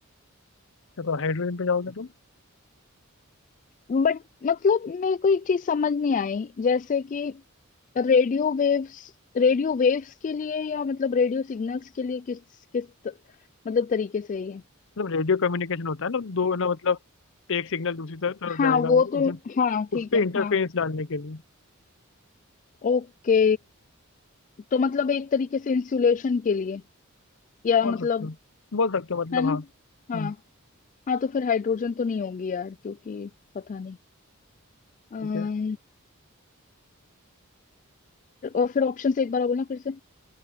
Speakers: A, on the left; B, on the left.
A: अच्छा तो हाइड्रोजन पे जाओगे तुम
B: बट मतलब मेरे को एक चीज समझ नहीं आई जैसे कि रेडियो वेव्स रेडियो वेव्स के लिए या मतलब रेडियो सिग्नल्स के लिए किस किस मतलब तरीके से ये
A: मतलब रेडियो कम्युनिकेशन होता है ना दो ना मतलब एक सिग्नल दूसरी तर- तरफ
B: हाँ
A: जाएगा
B: वो तो
A: इसे-
B: हाँ ठीक
A: उस पे
B: है
A: इंटरफेरेंस
B: हाँ
A: डालने के लिए
B: ओके तो मतलब एक तरीके से इंसुलेशन के लिए या
A: बोल
B: मतलब
A: सकते हो बोल सकते हो मतलब
B: है ना
A: हाँ हम्म,
B: हाँ हाँ तो फिर हाइड्रोजन तो नहीं होगी यार क्योंकि पता नहीं अम्म,
A: ठीक है
B: और फिर ऑप्शन से एक बार बोलना फिर से